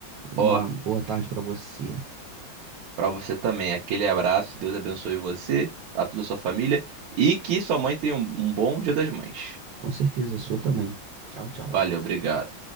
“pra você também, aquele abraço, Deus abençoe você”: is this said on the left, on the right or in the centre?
Right